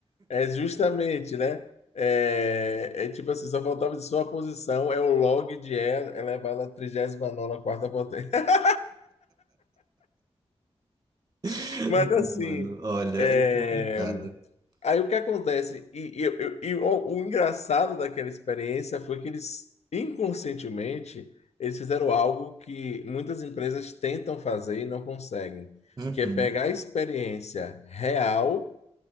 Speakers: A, on the left (about 80°); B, on the right (about 35°).
A: É justamente, né? É, é tipo assim, só faltava de sua posição, é o log de E elevado à 39 nona quarta potência. <laughs>
B: <laughs>
A: Mas assim,
B: Não, mano, olha,
A: é,
B: é complicado.
A: aí o que acontece? E, e, e- e o, o engraçado daquela experiência foi que eles, inconscientemente, eles fizeram algo que muitas empresas tentam fazer e não conseguem,
B: Uhum,
A: que é pegar a experiência real